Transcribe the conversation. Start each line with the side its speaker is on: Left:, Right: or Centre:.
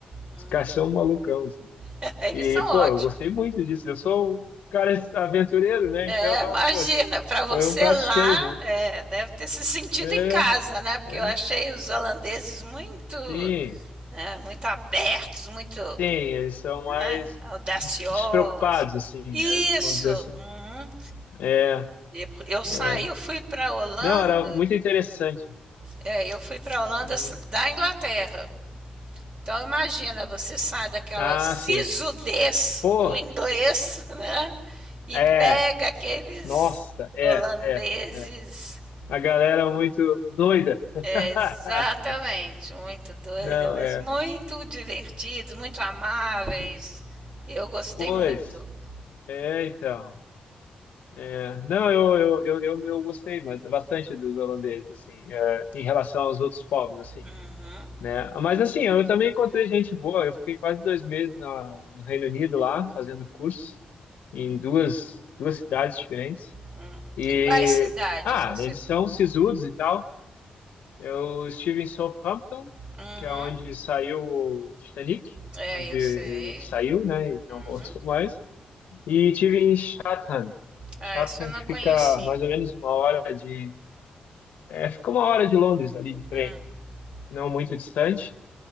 Right: Hum.
Left: Os caras são malucão, assim.
Right: <laughs> Eles
Left: E,
Right: são ótimos.
Left: pô, eu gostei muito disso. Eu sou um cara aventureiro, né?
Right: É,
Left: Então,
Right: imagina,
Left: poxa,
Right: para você
Left: foi um prato
Right: lá,
Left: cheio, né?
Right: é, deve ter se sentido
Left: É,
Right: em casa, né? Porque
Left: é,
Right: eu achei os holandeses muito,
Left: sim,
Right: né, muito abertos, muito
Left: sim, eles são
Right: né,
Left: mais
Right: audaciosos.
Left: des- despreocupados, assim,
Right: Isso.
Left: né? Vamos dizer assim.
Right: Uhum.
Left: É,
Right: E Eu saí,
Left: é.
Right: eu fui para Holanda,
Left: Não, era muito interessante.
Right: é, eu fui para Holanda
Left: Hum.
Right: da Inglaterra. Então imagina, você sai daquela
Left: Ah,
Right: sisudez
Left: sim. Pô,
Right: do inglês, <laughs> né? E
Left: é,
Right: pega aqueles
Left: nossa, é,
Right: holandeses
Left: é, é. A galera muito doida. <laughs>
Right: É, exatamente, muito doida,
Left: Não,
Right: mas
Left: é.
Right: muito divertidos, muito amáveis. Eu gostei
Left: Pois,
Right: muito.
Left: é, então. É, não, eu, eu, eu, eu, eu gostei ba- bastante dos holandeses, assim, é, em relação aos outros povos, assim,
Right: Uhum,
Left: né? Mas, assim, eu também encontrei gente boa. Eu fiquei quase dois meses na, no Reino Unido lá, fazendo curso em duas, duas cidades diferentes.
Right: hum.
Left: E,
Right: E quais cidades
Left: ah,
Right: você
Left: eles
Right: ficou?
Left: são sisudos e tal. Eu estive em Southampton,
Right: Uhum.
Left: que é onde saiu o Titanic,
Right: É,
Left: onde
Right: eu
Left: ele
Right: sei.
Left: saiu, né, e não
Right: Uhum.
Left: <laughs> voltou mais. E tive em Chatham.
Right: Ah,
Left: Chatham
Right: essa eu não
Left: que
Right: conheci.
Left: fica mais ou menos uma hora de, é, fica uma hora de Londres ali de trem,
Right: Hum,
Left: não muito distante.